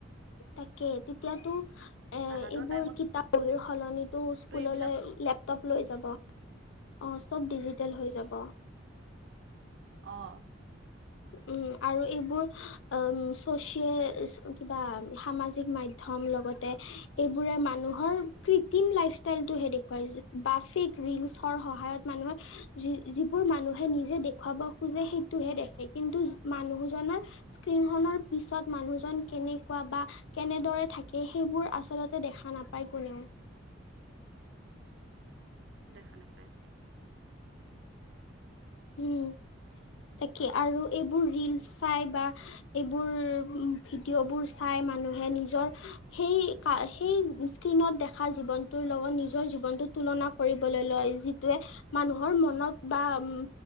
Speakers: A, on the left (about 70°); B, on the right (about 65°).
A: তাকে, তেতিয়াটো
B: তাহাঁতৰ
A: এইবোৰ
B: টাইমতো
A: কিতাপ বহী সলনি স্কুললৈ
B: এইবিলাক
A: লেপ <unintelligible> লৈ যাব অ চব ডিজিটেল হৈ যাব।
B: অ,
A: উম আৰু এইবোৰ উ চচিয়েল কিবা সামাজিক মাধয় ধ্যম লগতে এইবোৰে মানুহৰ কৃত্ৰিম লাইফ ষ্টাইলটো হে দেখুৱাই বা ফেক ৰিলচৰ সহায়ত মানুহৰ যি যিবোৰ মানুহে নিজে দেখুৱাব খোজে সেইটোহে দেখে। কিন্তু মানুহজনৰ স্ক্ৰীনখনৰ পিছত মানুহজন কেনেকুৱা বা কেনেদৰে থাকে, সেইবোৰ আচলতে দেখা নাপায় কোনেও।
B: দেখা নেপায়।
A: উম। তাকে আৰু এইবোৰ ৰিলচ চাই বা এইবোৰ ভিডিঅ' বোৰ চাই মানুহে নিজৰ সেই কা সেই স্ক্ৰীণত দেখা জীৱনটোৰ লগত নিজৰ জীৱনটোত তুলনা কৰিবলৈ লয় যিটোৱে মানুহৰ মনত বা উম,